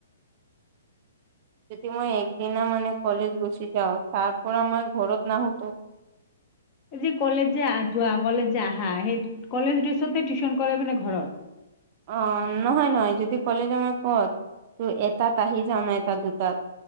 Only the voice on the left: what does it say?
এই যে কলেজ যে যোৱা, কলেজ যে আহা, সেই কলেজ ড্ৰেছতে টিউচন কৰে মানে ঘৰত?